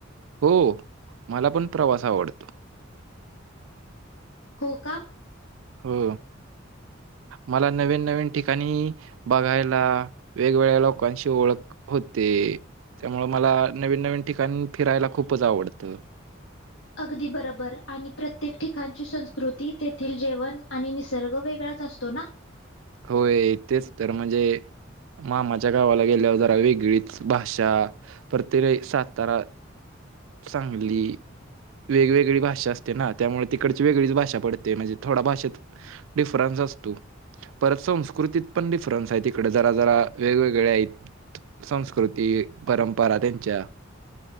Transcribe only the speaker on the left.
हो कां?
अगदी बरोबर आणि प्रत्येक ठिकाणची संस्कृती, तेथील जेवण आणि निसर्ग वेगळाच असतो नां?